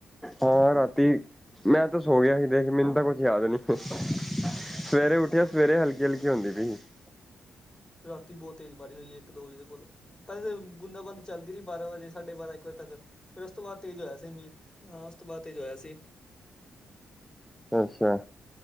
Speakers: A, in the centre; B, on the left (about 25°).
A: ਹਾਂ ਰਾਤੀ, ਮੈਂ ਤਾਂ ਸੋ ਗਿਆ ਸੀ। ਮੈਨੂੰ ਤਾਂ ਕੁਛ ਯਾਦ ਨਹੀਂ ਸਵੇਰੇ
B: ਤੂੰ
A: ਉੱਠਿਆ,
B: ਸੋ
A: ਸਵੇਰੇ
B: ਗਏ
A: ਹਲਕੀ -ਹਲਕੀ ਹੁੰਦੀ ਪਈ ਸੀ।
B: ਰਾਤੀ, ਬਹੁਤ ਤੇਜ਼ ਬਾਰੀਸ਼ ਹੋਈ ਏ, ਇੱਕ- ਦੋ ਵੱਜੇ ਦੇ ਕੋਲ। ਪਹਿਲੇ ਤਾਂ, ਬੁੰਦਾ -ਬਾੰਦੀ ਚੱਲਦੀ ਰਹੀ, ਬਾਰਾਂ ਵਜੇ ਸਾਢੇ -ਬਾਰਾਂ ਇੱਕ ਵਜੇ ਤੱਕ। ਫਿਰ ਉਸ ਤੋਂ ਬਾਅਦ, ਤੇਜ਼ ਹੋਇਆ ਸੀ ਮੀਂਹ ਹਾਂ ਉਸ ਤੋਂ ਬਾਅਦ ਤੇਜ਼ ਹੋਇਆ ਸੀ।
A: ਅੱਛਾ।